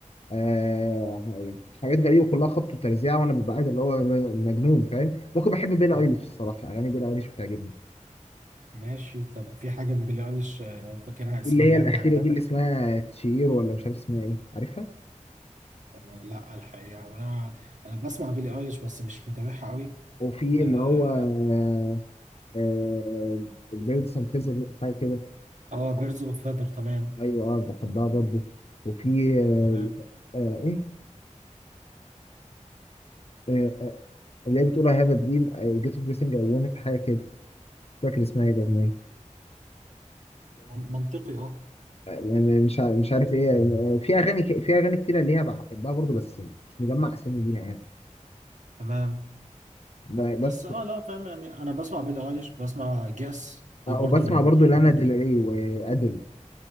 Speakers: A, on the left; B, on the right.
A: آه يعني حاجات غريبه كلها خبط وترزيع وانا ببقى قاعد اللي هو مجنون فاهم ممكن بحب بيلي
B: يعني
A: ايليش الصراحه اغاني بيلي ايليش بتعجبني
B: ماشي طب في حاجه من بيلي ايليش آه، فاكرها اسما
A: اللي هي
B: يعني
A: الاخيره
B: عجبك
A: دي اللي اسمها تشير ولا مش عارف اسمها ايه عارفها
B: آه، لا الحقيقه هو انا انا بسمع بيلي ايليش بس مش متابعها قوي
A: وفي
B: اه
A: اللي هو آه آه البيرد سنفيزر حاجه كده
B: بيرز اوف فيذر تمام
A: ايوه اه بحبها برضو وفي آه
B: تمام
A: آه ايه آه آه اللي هي بتقول I have a dream I get up everything I wanted حاجه كده مش فاكر اسمها ايه الاغنيه
B: منطقي اه
A: م- م- مش ع- مش عارف ايه م- في اغاني ك- في اغاني كتيره ليها بحبها برضو بس مش مجمع اسامي ليها يعني
B: تمام
A: ب- بس
B: بس اه لا فاهم يعني انا بسمع بيلي ايليش بسمع جاس دي
A: آه،
B: برضو
A: وبسمع
B: من
A: برضو لانا
B: جدا
A: ديل ري وادل